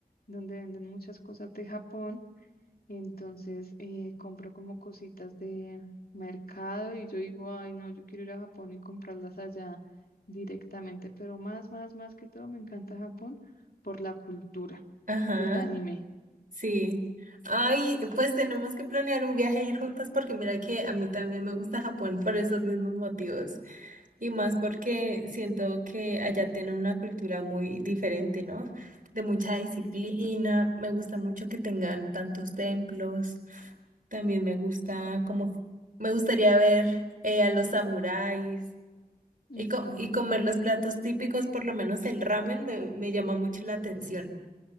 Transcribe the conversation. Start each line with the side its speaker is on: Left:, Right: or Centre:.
Left: donde venden muchas cosas de Japón entonces eh, compro como cositas de mercado y yo digo, ay, no, yo quiero ir a Japón y comprarlas allá directamente, pero más, más, más que todo me encanta Japón por la cultura
Right: Ajá.
Left: del anime,
Right: Sí. Ay, pues tenemos que planear un viaje e ir juntas porque mira que a mí también me gusta Japón por esos mismos motivos y más porque siento que allá tienen una cultura muy diferente, ¿no? De mucha disciplina,
Left: es verdad.
Right: me gusta mucho que tengan tantos templos, también me gusta como, me gustaría ver eh, a los samuráis
Left: Ujú.
Right: y, co- y comer los platos típicos, por lo menos el ramen me, me llama mucho la atención.